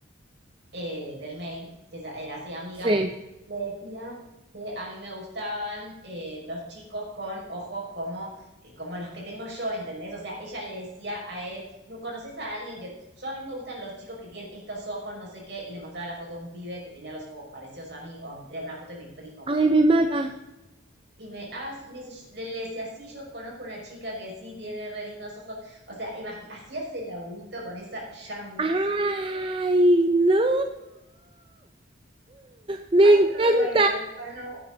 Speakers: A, on the right (about 55°); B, on the right (about 25°).
A: eh, del mail, que se- era así amiga,
B: Sí.
A: le decía que a mí me gustaban eh, los chicos con ojos como, eh, como los que tengo yo, ¿entendés? O sea, ella le decía a él, ¿no conoces a alguien que... Yo a mí me gustan los chicos que tienen estos ojos, no sé qué, y le mostraba la foto de un pibe que tenía los ojos parecidos a mí, o era una foto de mi primo, ponele.
B: Ay, me mata.
A: Y me, ah, sí, me dice, yo- le le decía, sí, yo conozco una chica que sí tiene re lindos ojos. O sea, imagi- hacías el laburito con esa Yami.
B: ¡Ay, no! Me
A: Ay,
B: encantó,
A: qué vergüenza, no,